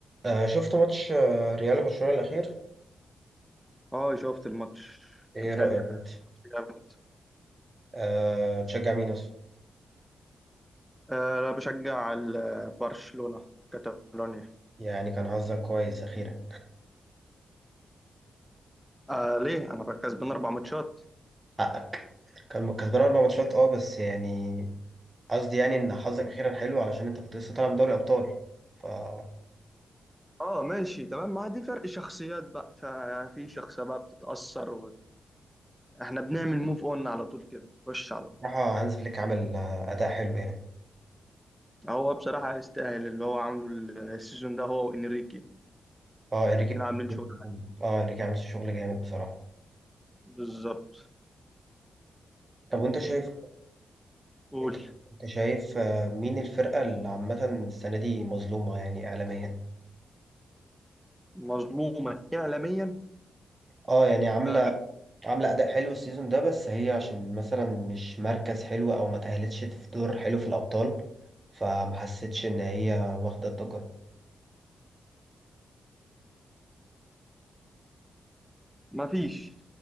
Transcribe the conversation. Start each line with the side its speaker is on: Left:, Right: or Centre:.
Right: آه شفت ماتش آه، ريال وبرشلونة الأخير
Centre: اه شفت الماتش
Right: إيه
Centre: كان حلو
Right: رأيك أنت؟
Centre: ماتش جامد
Right: آه تشجع مين أصلا؟
Centre: آه انا بشجع ال- برشلونة كاتالونيا
Right: يعني كان حظك كويس أخيرا
Centre: آه ليه انا كسبان اربع ماتشات
Right: حقك كان كسبان أربع ماتشات أه بس يعني قصدي يعني إن حظك أخيرا حلو علشان أنت كنت لسه طالع من دوري الأبطال ف أه
Centre: اه ماشي تمام ما دي فرق شخصيات بقى ففي شخصية بقى بتتأثر واحنا بنعمل موف اون على طول كده خش على طول
Right: بصراحة هانز فليك عمل آه، أداء حلو يعني
Centre: هو بصراحة يستاهل اللي هو عامله السيزون ده هو وانريكي
Right: أه إنريكي
Centre: الاتنين عاملين شغل
Right: أه إنريكي عامل شغل جامد بصراحة
Centre: بالظبط
Right: طب وأنت شايف
Centre: فقول
Right: أنت أنت شايف آه، مين الفرقة اللي عامة السنة دي مظلومة يعني إعلاميا؟
Centre: مظلومة إعلاميا
Right: أه يعني عاملة
Centre: آه،
Right: عاملة أداء حلو السيزون ده بس هي عشان مثلا مش مركز حلو أو ما تأهلتش في دور حلو في الأبطال فما حسيتش إن هي واخدة الضجة
Centre: ما فيش